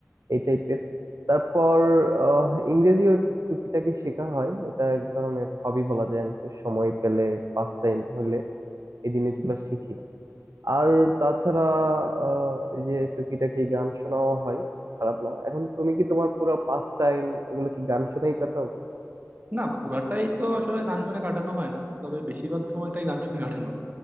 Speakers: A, on the right; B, on the right.
A: এই টাইপের তারপর আহ, ইংরেজিও টুকিটাকি শেখা হয় এটা এক ধরনের হবি বলা যায় আমি একটু সময় পেলে পাস টাইম হইলে এই জিনিসগুলো শিখি আর তাছাড়া আহ, এই যে টুকিটাকি গান শোনাও হয় খারাপ না এখন তুমি কি তোমার পুরো পাস টাইম এগুলো কি গান শুনেই কাটাও
B: না পুরাটাই তো আসলে গান শুনে কাটানো হয় না তবে বেশিরভাগ সময়টাই গান শুনে কাটানো হয়